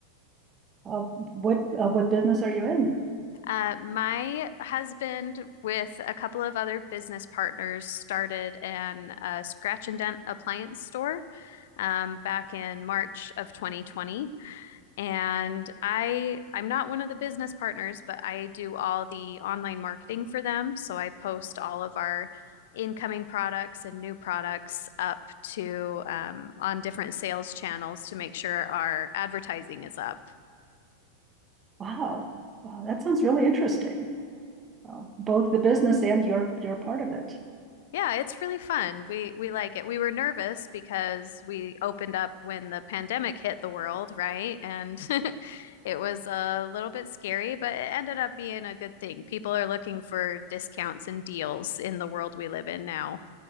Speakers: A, on the right; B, on the left.
A: Uh, what uh, what business are you in?
B: Uh, my husband, with a couple of other business partners, started an uh, scratch and dent appliance store um, back in March of 2020. And I I'm not one of the business partners, but I do all the online marketing for them. So I post all of our incoming products and new products up to um, on different sales channels to make sure our advertising is up.
A: Wow, wow, that sounds really interesting. Uh, both the business and your your part of it.
B: Yeah, it's really fun. We we like it. We were nervous because we opened up when the pandemic hit the world, right? And <laughs> it was a little bit scary, but it ended up being a good thing. People are looking for discounts and deals in the world we live in now.